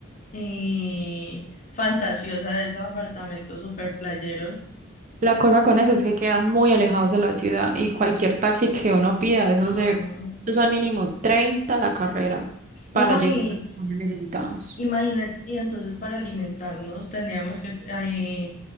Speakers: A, on the left; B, on the right.
A: eh, fantasiosa de esos apartamentos super playeros.
B: La cosa con eso es que quedan muy alejados de la ciudad y cualquier taxi que uno pida, eso
A: Ah,
B: se, eso son mínimo 30 la carrera para
A: no,
B: llegar
A: y
B: hasta donde necesitamos.
A: imagínate, y entonces para alimentarnos teníamos que, eh,